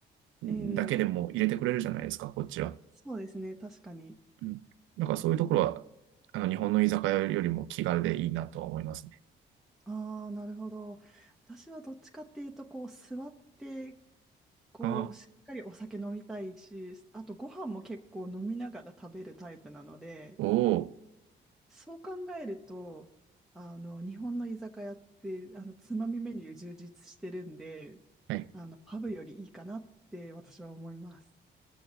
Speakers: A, on the right; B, in the centre.
A: だけでも入れてくれるじゃないですか、
B: ええ、
A: こっちは。
B: そうですね、確かに。
A: うん。だからそういうところは、あの、日本の居酒屋よりも気軽でいいなとは思いますね。
B: ああ、なるほど。私はどっちかっていうと、こう、座って、こう、
A: ああ、
B: しっかりお酒飲みたいし、あとご飯も結構飲みながら食べるタイプなので、
A: おお。
B: そう考えると、あの、日本の居酒屋って、あの、つまみメニュー充実してるんで、
A: はい
B: あの、パブよりいいかなって私は思います。